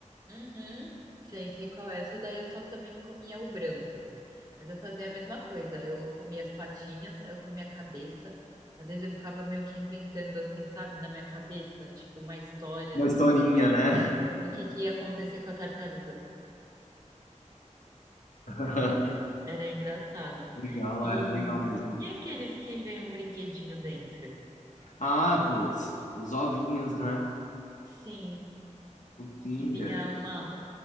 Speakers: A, on the right; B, on the left.
A: Uhum. Sei, sei qual é. Essa daí eu só também comia o branco. Mas eu fazia a mesma coisa. Eu comia as patinhas, aí eu comia a cabeça. Às vezes eu ficava meio que inventando assim, sabe, na minha cabeça, tipo uma história
B: Uma
A: do
B: historinha,
A: que que-
B: né?
A: do que que ia acontecer com a tartaruga.
B: <laughs>
A: Era engraçado.
B: Legal,
A: E
B: era legal mesmo.
A: e aqueles que vêm um brinquedinho dentro?
B: Ah, putz, os ovinhos, né?
A: Sim,
B: O Kinder.
A: que vinha uma,